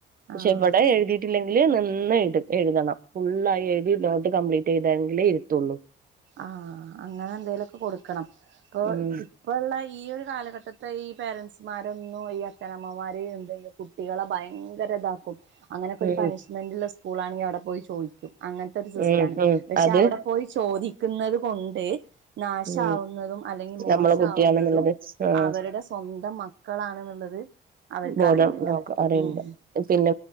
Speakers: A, on the right (about 45°); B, on the right (about 70°).
A: <unintelligible>
B: ആഹ്
A: <unintelligible> നിന്ന് <unintelligible> എഴുതണം ഫുൾ ആയിട്ട് എഴുതി നോട്ട് കംപ്ലീറ്റ് <unintelligible> ഇരുത്തുള്ളൂ
B: ആ അങ്ങനെ എന്തേലൊക്കെ കൊടുക്കണം <unintelligible>
A: ഉം
B: ഇപ്പോൾ ഉള്ള ഈ ഒരു കാലഘട്ടത്തെ ഈ പേരെന്റ്സ്മരൊന്നും ഈ അച്ഛനമ്മമാര് എന്ത <unintelligible> കുട്ടികളെ ഭയങ്കര <unintelligible> അങ്ങനൊക്കെ ഒരു
A: ഉം
B: പണിഷ്മെന്റ് <unintelligible> <unintelligible> ആണെങ്കിൽ അവിടെ പോയി ചോദിക്കും അങ്ങനത്തെ ഒരു സിസ്റ്റാണ്
A: ഉം ഉം
B: പക്ഷെ
A: അത്
B: അവിടെ പോയി <unintelligible> <unintelligible> കൊണ്ട് നാശാവുന്നതും
A: ഉം
B: അല്ലെങ്കിൽ മോശമാവുന്നതും
A: നമ്മളെ കുട്ടിയാണെന്നുള്ളത് ആഹ്
B: അവരുടെ സ്വന്തം മക്കളാണെന്നുള്ളത് അവർക്കറിയുന്നില്ല
A: ബോധം നോക്ക അറിയണ്ട്
B: <unintelligible>
A: പിന്നെ